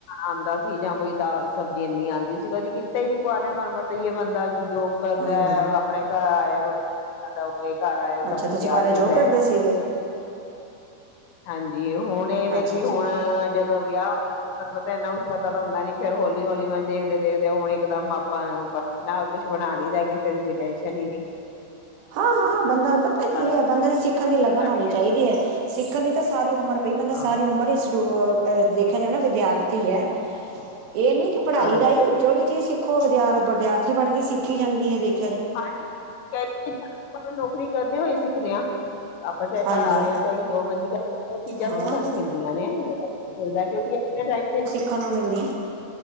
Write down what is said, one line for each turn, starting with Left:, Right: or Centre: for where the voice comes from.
Left: ਆਉਂਦਾ ਸੀ, ਜਾਂ ਕੋਈ ਦਾਲ ਸਬਜ਼ੀ ਇੰਨੀ ਆਉਂਦੀ ਸੀ, ਕਦੀ ਕਿ ਕੀਤਾ ਹੀ ਨੀ ਕੁਆਰਿਆ ਤੁਹਾਨੂੰ ਪਤਾ ਹੀ ਹੈ ਬੰਦਾ ਜੋ ਕਰਦਾ,
Right: ਹਾਂਜੀ
Left: ਆਪਣੇ ਘਰ ਆਇਆ ਰੋਟੀ ਪਾਣੀ ਖਾਦਾ ਘਰ ਆਇਆ, ਸਭ
Right: ਅੱਛਾ
Left: ਕੁਛ
Right: ਤੁਸੀਂ
Left: ਤਿਆਰ
Right: ਘਰ
Left: ਮਿਲਦਾ
Right: ਜੋਬ ਕਰਦੇ
Left: ਹੈ,
Right: ਸੀਗੇ
Left: ਹਾਂਜੀ ਉਹ ਹੁਣ ਇਹਵੇ
Right: ਅੱਛਾ
Left: ਕਿ,
Right: ਅੱਛਾ
Left: ਹੁਣ ਜਦੋਂ ਵਿਆਹ ਤਾਂ ਇੰਨਾ ਕੁਛ ਪਤਾ ਤਾਂ ਹੁੰਦਾ ਨੀ, ਫੇਰ ਹੌਲੀ ਹੌਲੀ ਮੈਂ ਦੇਖਦੇ- ਦੇਖਦੇ ਹੁਣ ਇੱਕਦਮ ਆਪਾਂ ਨਾ ਕੁਛ ਬਣਾ ਲਈਦਾ, ਕਿਸੇ ਦੀ ਕੋਈ ਟੈਨਸ਼ਨ ਹੀ ਨਹੀਂ।
Right: ਹਾਂ ਹਾਂ ਬੰਦਾ ਪਤਾ ਕੀ ਹੈ,
Left: ਕੁਛ
Right: ਬੰਦੇ ਨੇ ਸਿੱਖਣ ਦੀ ਲਗਨ
Left: ਕੱਟ
Right: ਹੋਣੀ
Left: ਕੇ
Right: ਚਾਹੀਦੀ ਹੈ। ਸਿੱਖਣ ਦੀ ਤਾਂ ਸਾਰੀ ਉਮਰ ਪਈ, ਬੰਦਾ
Left: ਹਾਂ
Right: ਸਾਰੀ ਉਮਰ ਹੀ ਸਟੂਡ ਦੇਖਿਆ ਜਾਵੇ ਨਾ ਵਿਦਿਆਰਥੀ ਹੈ। ਇਹ ਨਹੀਂ ਕਿ ਪੜ੍ਹਾਈ
Left: ਹਾਂਜੀ
Right: ਦਾ ਹੀ, ਜਿਹੜੀ ਚੀਜ਼ ਸਿੱਖੋ ਵਿਦਿਆ ਵਿਦਿਆਰਥੀ ਬਣ ਗਈ ਸਿੱਖੀ ਜਾਂਦੀ ਹੈ ਦੇਖ
Left: ਹਾਂ, ਆਪ ਨੌਕਰੀ ਕਰਦੇ ਹੋਏ ਸਿੱਖਦੇ ਹਾਂ। ਆਪਾਂ ਚਾਹੇ
Right: ਹਾਂਜੀ
Left: ਪੜ੍ਹਾ ਰਹੇ ਹਾਂ, ਚਾਹੇ ਜੋ ਮਰਜ਼ੀ ਕਰਦੇ, ਉਹ ਚੀਜ਼ਾਂ
Right: ਹਾਂ
Left: ਸਿੱਖਣ ਨੂੰ ਮਿਲਦੀਆਂ ਨੇ। ਮਿਲਦਾ, ਕਿਉਂਕਿ ਆਪਣੇ ਟਾਈਮ ਤੇ
Right: ਦੇਖਣ ਨੂੰ ਮਿਲਦੀ।